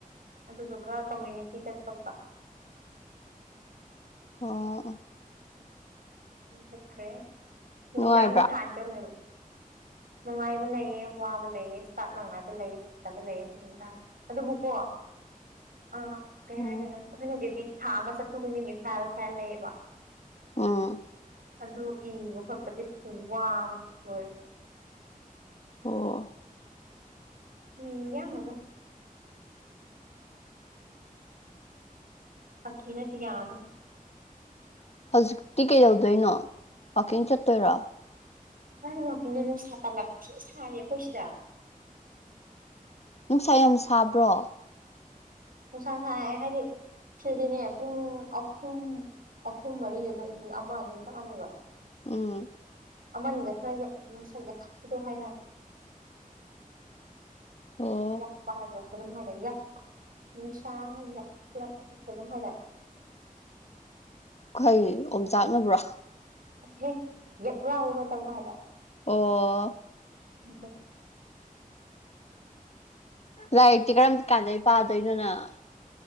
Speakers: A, on the right; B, on the left.
A: ꯑꯗꯨꯗꯨꯒ ꯀꯃꯨꯅꯤꯇꯤ ꯆꯠꯄꯒ
B: ꯑꯣ
A: ꯎꯝ ꯆꯠꯈ꯭ꯔꯦ ꯁꯤꯃꯤꯁꯇꯔ
B: ꯅꯨꯡꯉꯥꯏꯕ꯭ꯔꯥ
A: ꯑꯃꯗ ꯊꯥ ꯑꯅꯤ ꯆꯪꯅꯦꯕ ꯅꯨꯡꯉꯥꯏꯕ ꯂꯩꯌꯦ ꯋꯥꯕ ꯂꯩꯌꯦ ꯏꯁꯇꯥꯞ ꯅꯨꯡꯉꯥꯏꯕ ꯂꯩꯌꯦ ꯐꯇꯕ ꯂꯩꯌꯦ ꯅꯨꯡꯗꯥꯡ ꯑꯗꯨꯕꯨꯀꯣ ꯑ ꯀꯩ
B: ꯎꯝ
A: ꯍꯥꯏꯗꯣꯏꯅꯣ ꯑꯩꯈꯣꯏꯅ ꯗ꯭ꯌꯨꯇꯤ ꯊꯥ ꯑꯃ ꯆꯠꯄ ꯈꯨꯗꯤꯡꯒꯤ ꯐꯥꯏꯜ ꯐꯥꯏꯜ ꯂꯩꯌꯦꯕ
B: ꯎꯝ
A: ꯑꯗꯨ ꯏꯕ ꯈꯣꯠꯄꯗꯤ ꯈꯨꯋꯥ ꯑꯃ ꯂꯣꯏꯔꯦ
B: ꯑꯣ
A: ꯃꯤꯌꯥꯝꯑꯃ ꯐꯒꯤ ꯅꯠꯇꯦ ꯌꯥꯝꯕꯖꯦ
B: ꯍꯧꯖꯤꯛꯇꯤ ꯀꯩꯗꯧꯗꯣꯏꯅꯣ ꯋꯥꯛꯀꯤꯡ ꯆꯠꯇꯣꯏꯔꯣ
A: ꯀꯥꯏꯗꯩ ꯋꯥꯀꯤꯡꯅꯣ ꯅꯨꯡꯁꯥ ꯇꯥꯜꯂꯛ ꯊꯤ ꯁꯥꯔꯤ ꯑꯩꯈꯣꯏ ꯁꯤꯗ
B: ꯅꯨꯡꯁꯥ ꯌꯥꯝ ꯁꯥꯕ꯭ꯔꯣ
A: ꯅꯨꯡꯁꯥ ꯁꯥꯏ ꯍꯥꯏꯗꯤ ꯁꯤꯗꯗꯤꯅꯦ ꯄꯨꯡ ꯑꯍꯨꯝ ꯑꯍꯨꯝ ꯃꯔꯤ <unintelligible> ꯑꯃ ꯑꯅꯤꯒ ꯆꯞ ꯃꯥꯟꯅꯩꯕ
B: ꯎꯝ
A: ꯑꯃ ꯑꯅꯤꯗ ꯈꯔ ꯌꯛ ꯅꯨꯡꯁꯥ ꯌꯥꯛꯈꯠꯄꯗꯣ ꯍꯥꯏꯅ
B: ꯑꯣ
A: ꯌꯥꯛꯄꯥ ꯍꯥꯏꯕ꯭ꯔꯣ ꯀꯩꯅꯣꯝ ꯍꯥꯏꯗꯥꯏ ꯌꯥꯛꯄ ꯅꯨꯡꯁꯥ ꯌꯥꯛ ꯌꯥꯛ ꯀꯩꯅꯣꯝ ꯍꯥꯏꯗꯥꯏ
B: ꯀꯩ ꯑꯣꯝꯆꯥꯛꯅꯕ꯭ꯔꯣ
A: ꯍꯦ ꯌꯛ ꯂꯥꯎꯕ ꯃꯇꯝꯒ ꯍꯥꯏꯗꯣ
B: ꯑꯣ
A: <unintelligible>
B: ꯂꯥꯏꯔꯤꯛꯇꯤ ꯀꯔꯝ ꯀꯥꯟꯗꯩ ꯄꯥꯗꯣꯏꯅꯣ ꯅꯪ